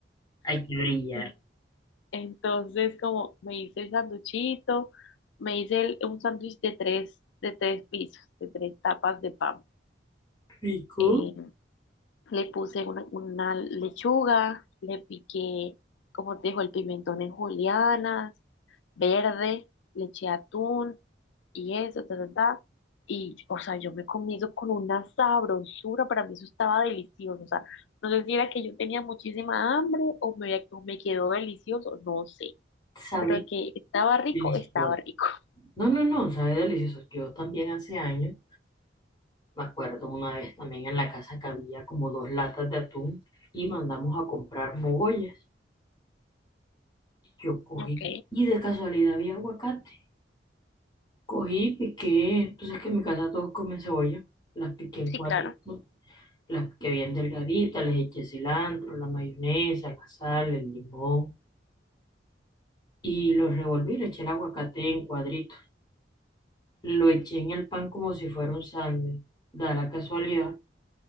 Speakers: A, on the left; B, on the left.
A: Hay que brillar.
B: En- Entonces, como me hice el sanduchito, me hice el- un sándwich de tres, de tres pisos, de tres tapas de pan.
A: Rico.
B: Eh, Le puse una, una lechuga, le piqué, como te dijo, el pimentón en julianas, verde, le eché atún y eso, ta, ta, ta. Y, o sea, yo me comí eso con una sabrosura, para mí eso estaba delicioso. O sea, no sé si era que yo tenía muchísima hambre o me, había- o me quedó delicioso, no sé.
A: Sabe
B: Pero que estaba rico,
A: delicioso.
B: estaba rico. <laughs>
A: No, no, no, sabe delicioso. Yo también hace años, me acuerdo una vez también en la casa que había como dos latas de atún y mandamos a comprar mogollas. Yo cogí
B: Ok,
A: y de casualidad había aguacate. Cogí, piqué, tú sabes que en mi casa todos comen cebolla, las piqué en
B: sí,
A: cuadritos,
B: claro.
A: las piqué bien delgaditas, les eché cilantro, la mayonesa, la sal, el limón y los revolví, le eché el aguacate en cuadritos. Lo eché en el pan como si fuera un sándwich. Da la casualidad